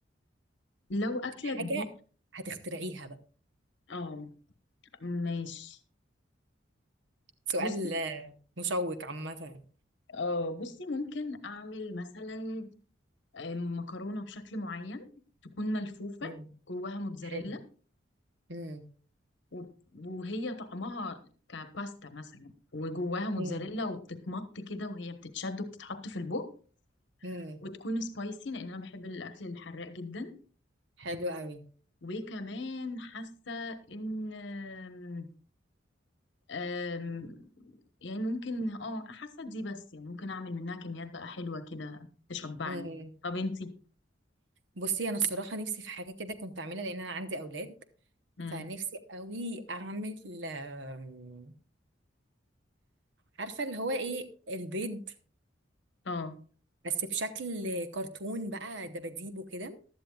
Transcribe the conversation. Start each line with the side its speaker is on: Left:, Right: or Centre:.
Left: لو اكلك
Right: حاجه
Left: دي
Right: هتخترعيها بقى
Left: اه ماشي
Right: سؤال
Left: بصي
Right: آه، مشوق عامه
Left: اه بصي ممكن اعمل مثلا آه، مكرونه بشكل معين تكون ملفوفه
Right: امم
Left: جواها موتزاريلا
Right: حلو امم
Left: و- وهي طعمها كباستا مثلا وجواها موتزاريلا
Right: امم
Left: وبتتمط كده وهي بتتشد وبتتحط في البوق
Right: امم
Left: وتكون سبايسي لان انا بحب الاكل الحراق جدا
Right: حلو قوي
Left: وكمان حاسه ان أم- أم، يعني ممكن اه حاسه دي بس يعني ممكن اعمل منها كميات بقى حلوه كده تشبعني
Right: امم
Left: طب انتي
Right: بصي انا الصراحه نفسي في حاجه كده كنت اعملها لان انا عندي اولاد
Left: امم
Right: فنفسي قوي اعمل آم، عارفه اللي هو ايه البيض
Left: اه
Right: بس بشكل كرتون بقى دباديب وكده